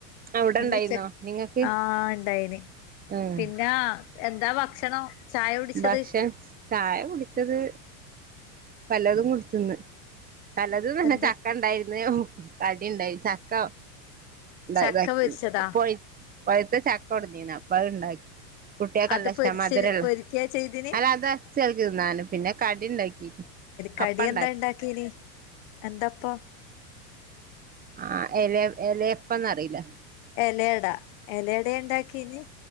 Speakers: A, on the right; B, on the left.
A: അവിടെ
B: ഇന്നുച്ചക്,
A: ഉണ്ടായിരുന്നോ നിങ്ങക്ക്
B: ആഹ് ഇണ്ടായിനി.
A: ഉം
B: പിന്നാ, എന്താ ഭക്ഷണം? ചായ കുടിച്ചത്
A: ഭക്ഷൺ, ചായ കുടിച്ചത് പലതും കുടിച്ച്ന്ന്. പലതുംന്നർഞ്ഞ
B: എന്ത്
A: ചക്കണ്ടായിര്ന്ന് കടിണ്ടായി. ചക്ക, ഉണ്ടാ
B: ചക്ക
A: ഇതാക്കി
B: പൊരിച്ചതാ
A: പൊയ് പഴ്ത്ത ചക്കൊട്ന്നീന്. അപ്പൊ അത്ണ്ടാക്ക് കുട്ട്യാക്കല്ലഷ്ടാ
B: അത് പൊരിച്ച്
A: മധുരള്ള.
B: പൊരിക്കാ ചെയ്തിന്
A: അത് അതച്ചേൽക് തിന്നാന്, പിന്നെ കടി ഇണ്ടാക്കി.
B: കടിയെന്നാ
A: അപ്പം ഇണ്ടാക്കി
B: ഇണ്ടാക്കീന്? എന്തപ്പം?
A: ആഹ് എലേ എലയപ്പംന്നറീല്ലെ?
B: എലയട. എലയടയാ ഇണ്ടാക്കീനി?